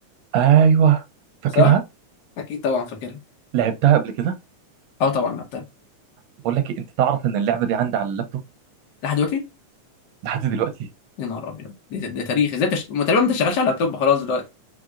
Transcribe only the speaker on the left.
صح اكيد طبعا فاكرها
اه طبعا لعبتها
لحد دلوقتي
يا نهار ابيض ده, ده تاريخ ازاي تش... ما تقريبا ما تشتغلش على لابتوب خلاص دلوقتي